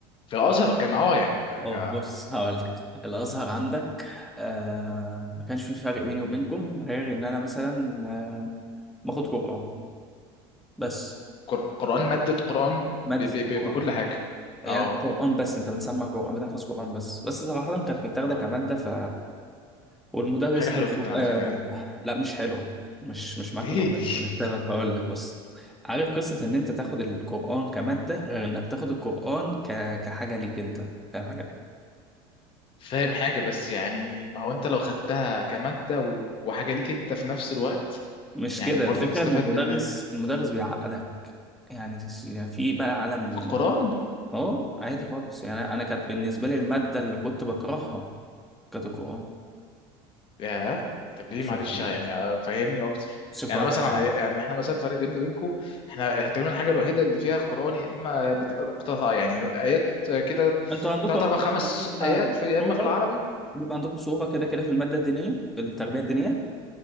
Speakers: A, on the left; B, in the centre.
A: في الازهر كان اه يعني ك... ك...
B: اه بص هقولك الازهر عندك آه ما كانش في فرق بيني وبينكم غير ان انا مثلا آه باخد قران بس
A: قر- قرآن مادة قرآن
B: ماده
A: ب... ب...
B: القران
A: ب... بكل حاجة
B: يعني
A: اه
B: قران بس انت بتسمع قران بتحفظ قران بس بس صراحه كانت متاخده
A: اه
B: كماده ف والمدرس
A: حاجة حلوة
B: نفسه
A: جدا على
B: آه
A: فكرة دي
B: لا مش حلوه مش مش معاك
A: ليه
B: في النقطه دي
A: <laughs>
B: للسبب هقول لك بص عارف قصه ان انت تاخد القران كماده غير انك تاخد القران ك... كحاجه ليك انت فاهم حاجه
A: فاهم حاجة بس يعني ما هو انت لو خدتها كمادة و... وحاجة ليك انت في نفس الوقت
B: مش
A: يعني
B: كده
A: برضه
B: الفكره
A: تستفاد
B: ان المدرس
A: منها
B: المدرس بيعقدك يعني في بقى عالم
A: في القرآن
B: اه عادي خالص يعني انا كانت بالنسبه لي الماده اللي كنت بكرهها كانت القران
A: ياه طب
B: يعني
A: ليه
B: شوف
A: معلش
B: امان
A: يعني آه، فهمني اكتر
B: شوف
A: يعني
B: هقول
A: مثلا
B: لك حاجه
A: على يعني احنا مثلا الفرق بيننا وبينكم احنا تقريبا الحاجه الوحيده اللي فيها قران يا اما بتبقى مقتطعه يعني ايات آه، كده
B: انتوا عندكم
A: ثلاث اربع
B: مثلا
A: خمس
B: إيه ما-
A: ايات في يا
B: صوره
A: اما في العربي
B: بيبقى عندكم صوره كده كده في الماده الدينيه في التربيه الدينيه